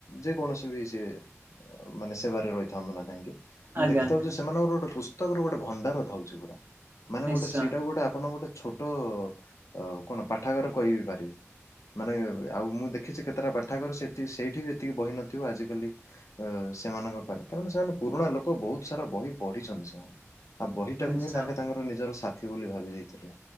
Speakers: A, on the left; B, on the right.
A: ଯେକୌଣସି ବି ସେ ମାନେ ସେବାରେ ରହିଥାନ୍ତୁ ନା କାହିଁକି ମୁଁ
B: ଆଜ୍ଞା
A: ଦେଖିଥାଉ
B: ଆଜ୍ଞା
A: ଯେ ସେମାନଙ୍କର ଗୋଟେ ଖୁସ୍‌ ତାଙ୍କର ଗୋଟେ ଭଣ୍ଡାର ଥାଉଛି ପୁରା। ମାନେ
B: ନିଶ୍ଚୟ
A: ଗୋଟେ ସେଇଟା ଗୋଟେ ଆପଣ ଗୋଟେ ଛୋଟ ଅ କଣ ପାଠାଗାର କହିିବି ପାରିବେ। ମାନେ ଆଉ ମୁଁ ଦେଖିଛି କେତେଟା ପାଠାଗାର ସେଠି ସେଇଠି ବି ଏତିକି ବହି ନଥିବ ଆଜିକାଲି ସେମାନଙ୍କ ପାଇଁ କାରଣ ସେମାନେ ପୁରୁଣା ଲୋକ ବହୁତ ସାରା ବହି ପଢିିଛନ୍ତି ସେମାନେ। ଆଉ ବହିଟାକୁ
B: ନିଶ୍ଚୟ ନିଶ୍ଚୟ
A: ହିଁ ତାଙ୍କେ ତାଙ୍କର ନିଜର ସା ବୋଲି ଭାବି ଦେଇଥିଲୁ।